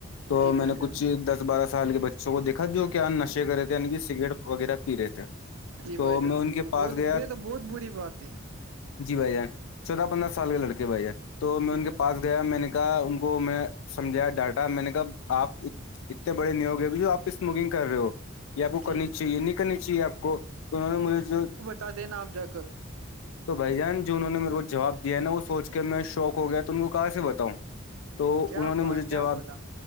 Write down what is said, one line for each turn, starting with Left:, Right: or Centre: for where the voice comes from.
Left: تو
Right: جی
Left: میں
Right: بھائی
Left: نے
Right: جان
Left: کچھ دس بارہ سال کے بچوں کو دیکھا جو کیا نشے کرے تھے ی سگریٹ وغیرہ پی رہے تھے
Right: جی
Left: تو
Right: بھائی جان
Left: میں ان کے
Right: یہ تو
Left: پاس
Right: بہت
Left: گیا
Right: یہ تو بہت بری بات ہے
Left: جی بھائی ج چودہ پندرہ سال کے لڑکے بھ جان تو میں
Right: جی
Left: ان کے
Right: بھائی
Left: پاس
Right: جان
Left: گیا میں نے کہ ان کو میں سمجھایا ڈاٹا میں نے کہا آپ اتنے بڑے نیوگے ب جو آپ اسموکنگ کر رہے ہو یہ آپ کو
Right: جی
Left: کرنی چاہیے نہیں کرنی چاہیے آپ کو تو انہوں نے مجھے جو
Right: تا دینا آپ جا کر
Left: تو بھائی جان جو انہوں نے میرے کو جواب دیا ہے نا وہ سوچ کے میں شوق ہو گیا تو ان کو کہاں سے بتاؤں تو
Right: کیا
Left: انہوں نے
Right: با
Left: مجھے
Right: کیا
Left: جواب
Right: بولا